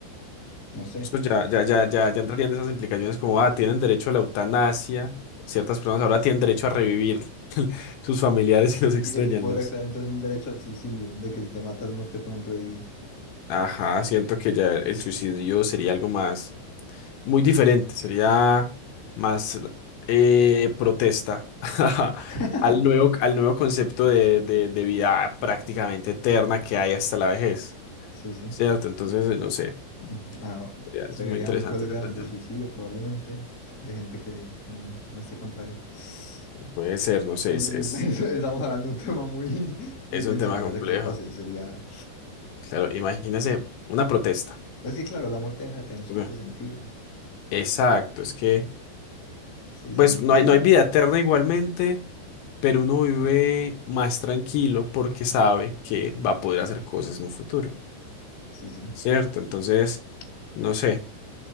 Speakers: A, on the left; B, on the left.
A: no sé.
B: pues ya, ya, ya, ya, ya entrarían esas implicaciones como, ah, tienen derecho a la eutanasia. Ciertas
A: Sí,
B: personas
A: entonces,
B: ahora tienen derecho a revivir <laughs> sus familiares y los extrañan,
A: y se, y se podría
B: ¿no?
A: crear entonces un derecho al suicidio, de que si te matas no te pueden revivir.
B: Ajá, siento que ya el suicidio sería algo más. muy diferente, sería más eh, protesta <laughs>
A: <laughs>
B: al nuevo, al nuevo concepto de, de- de vida
A: Mm.
B: prácticamente eterna que hay hasta la vejez,
A: Sí, sí.
B: ¿cierto? Entonces, eh, no sé,
A: Mm, ah,
B: sería-
A: se
B: es
A: verían
B: muy interesante
A: huelgas
B: ese planteamiento.
A: de suicidio probablemente, de gente que no, no esté contra él. Es
B: Puede ser, no sé,
A: un-
B: es, es,
A: <laughs> Estamos hablando de un tema muy, muy
B: es
A: denso.
B: un tema
A: Imagínate
B: complejo.
A: que eso pase, sería
B: Claro, imagínese una protesta.
A: Pues sí, claro, la muerte deja de tener cierto
B: Ok.
A: sentido.
B: Exacto, es que,
A: Sí, sí,
B: pues
A: entiendo
B: no hay, no
A: la-
B: hay vida eterna igualmente. Pero uno vive más tranquilo porque sabe que va a poder hacer cosas en un futuro.
A: Sí, sí,
B: ¿cierto? Entonces, no sé,